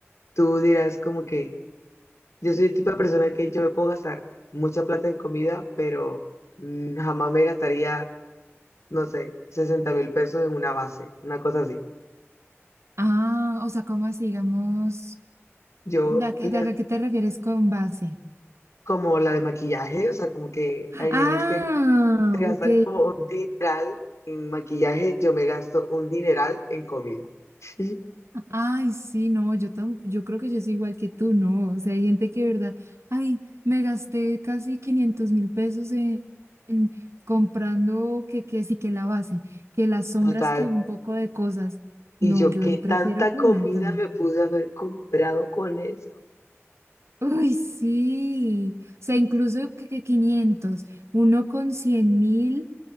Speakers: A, on the left; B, on the right.
A: tú dirás como que yo soy el tipo de persona que yo me puedo gastar mucha plata en comida, pero mm, jamás me gastaría, no sé, sesenta mil pesos en una base, una cosa así.
B: Ah, o sea, ¿cómo así, digamos,
A: Yo
B: de, a qué-
A: les
B: de acá, ¿qué te refieres con base?
A: como la de maquillaje, o sea, como que hay
B: Ah,
A: nenas que se gastan
B: ok.
A: como un dineral en maquillaje, yo me gasto un dineral en comida. <laughs>
B: Ay, sí, no, yo tam- yo creo que yo soy igual que tú, ¿no? O sea, hay gente que, de verdad, ay, me gasté casi quinientos mil pesos en, en comprando que, que sí, que la base, que las sombras,
A: Total.
B: que un poco de cosas.
A: Y
B: No,
A: yo,
B: yo
A: ¿qué
B: ahí prefiero
A: tanta
B: comida
A: comida
B: también.
A: me pude haber comprado con eso?
B: Uy, sí. O sea, incluso que, que 500, uno con cien mil.